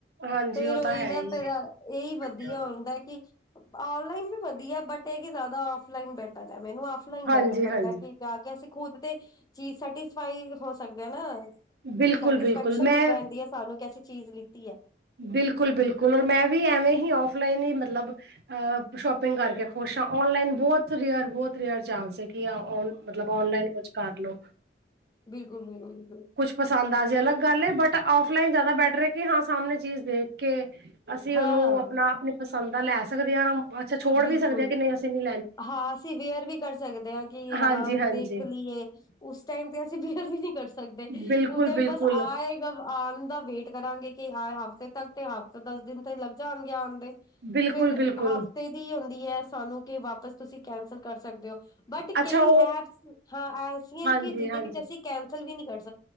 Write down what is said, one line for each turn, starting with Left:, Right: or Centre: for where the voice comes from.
Right: ਹਾਂਜੀ
Left: ਫੇਰ
Right: ਉਹ
Left: ਉਹੀ
Right: ਤਾਂ ਹੈ
Left: ਨਾ,
Right: ਹੀ
Left: ਫੇਰਾ ਇਹੀ
Right: ਹੈ।
Left: ਵਧੀਆ ਹੁੰਦਾ ਕਿ ਔਨਲਾਈਨ ਵੀ ਵਧੀਆ, ਬਟ ਇਹ ਹੈ ਕਿ ਜ਼ਿਆਦਾ ਆਫਲਾਈਨ ਬੈਟਰ। ਮੈਨੂੰ ਆਫਲਾਈਨ
Right: ਹਾਂਜੀ-ਹਾਂਜੀ
Left: ਬੈਟਰ ਲੱਗਦਾ ਹੈ, ਕਿ ਜਾ ਕੇ ਅਸੀਂ ਖੁਦ 'ਤੇ ਚੀਜ਼ ਸੈਟਿਸਫਾਈ ਹੋ ਸਕਦਾ ਆ ਨਾ,
Right: ਬਿਲਕੁਲ,
Left: ਸੈਟਿਸਫੈਕਸ਼ਨ
Right: ਬਿਲਕੁਲ ਮੈਂ,
Left: ਰਹਿੰਦੀ ਹੈ ਸਾਨੂੰ ਕਿ ਅਸੀਂ ਚੀਜ਼ ਲਿੱਤੀ ਹੈ
Right: ਬਿਲਕੁਲ-ਬਿਲਕੁਲ ਔਰ ਮੈਂ ਵੀ ਐਵੇਂ, ਆਫਲਾਈਨ ਹੀ ਮਤਲਬ ਸ਼ੋਪਿੰਗ ਕਰਕੇ ਖੁਸ਼ ਹਾਂ, ਔਨਲਾਈਨ ਬਹੁਤ ਰੇਅਰ ਬਹੁਤ ਰੇਅਰ ਚਾਂਸ ਹੈਗੇ। ਕਿ ਓਨ ਮਤਲਬ ਔਨਲਾਈਨ ਕੁਛ ਕਰਲੋ।
Left: ਬਿਲਕੁਲ-ਬਿਲਕੁਲ-ਬਿਲੁਕੁਲ,
Right: ਕੁਛ ਪਸੰਦ ਆ ਜੇ ਅਲੱਗ ਗੱਲ ਹੈ, ਬਟ ਔਫਲਾਈਨ ਜ਼ਿਆਦਾ ਬੈਟਰ ਹੈ ਕਿ ਹਾਂ ਸਾਹਮਣੇ ਚੀਜ਼ ਦੇਖ ਕੇ ਅਸੀਂ
Left: ਹਾਂ
Right: ਉਹਨੂੰ ਆਪਣਾ ਆਪਣੀ ਪਸੰਦ ਦਾ ਲੈ ਸਕਦੇ ਹਾਂ, ਅੱਛਾ ਛੋੜ
Left: ਬਿਲਕੁਲ
Right: ਵੀ ਸਕਦੇ ਹਾਂ ਕਿ ਨਹੀਂ ਅਸੀਂ ਨਹੀਂ
Left: ਹਾਂ ਅਸੀਂ ਵੀਅਰ ਵੀ ਕਰ ਸਕਦੇ ਹਾਂ, ਕਿ ਹਾਂ
Right: ਹਾਂਜੀ
Left: ਦੇਖ
Right: ਹਾਂਜੀ
Left: ਲਈਏ ਉਸ ਟਾਈਮ ਤੇ ਅਸੀਂ ਵੀ ਵੀ ਨਹੀਂ ਕਰ ਸਕਦੇ
Right: ਬਿਲਕੁਲ
Left: ਉਸ ਤੇ
Right: ਬਿਲਕੁਲ
Left: ਬਸ ਆਏਗਾ ਆਣ ਦਾ ਵੇਟ ਕਰਾਂਗੇ, ਕਿ ਆ ਹਫ਼ਤੇ ਤੱਕ ਤੇ ਹਫਤਾ ਦਸ ਦਿਨ ਤੇ ਲੱਗ ਜਾਣਗੇ, ਆਂਦੇ
Right: ਬਿਲਕੁਲ
Left: ਫਿਰ
Right: ਬਿਲਕੁਲ
Left: ਹਫ ਦੀ ਹੁੰਦੀ ਹੈ ਸਾਨੂੰ ਕਿ ਵਾਪਸ ਤੁਸੀਂ ਕੈਂਸਲ ਕਰ ਸਕਦੇ ਹੋ। ਬਟ
Right: ਅੱਛਾ
Left: ਕਈ
Right: ਉਹ
Left: ਐਪਸ ਹਾਂ ਐਸੀਆਂ
Right: ਹਾਂਜੀ
Left: ਕਿ ਜਿਹਦੇ
Right: ਹਾਂਜੀ
Left: ਵਿੱਚ ਅਸੀਂ ਕੈਂਸਲ ਵੀ ਨਹੀ ਕਰ ਸਕ